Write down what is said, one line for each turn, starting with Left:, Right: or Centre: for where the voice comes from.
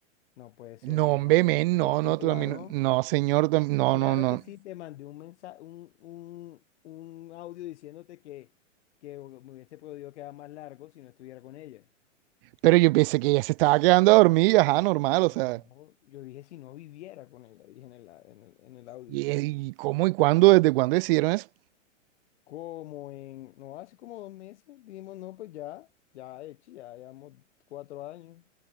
Left: No puede ser,
Right: No,
Left: yo
Right: hombre,
Left: no me acu-
Right: men,
Left: yo te
Right: no,
Left: conté,
Right: no,
Left: claro.
Right: tú también. No, no, señor, tam- no,
Left: Claro
Right: no, no.
Left: que sí, te mandé un mensaje, un, un, un audio diciéndote que, que me hubiese podido quedar más largo si no estuviera con ella.
Right: Pero yo pensé que ella se estaba quedando a dormir, ajá, normal, o
Left: No,
Right: sea.
Left: no, yo dije si no viviera con ella, dije en el, a- en el, en el audio.
Right: ¿Y, y cómo y cuándo? ¿Desde cuándo decidieron eso?
Left: Como en, no, hace como dos meses, dijimos, no, pues ya, ya, hecho, ya llevamos cuatro años.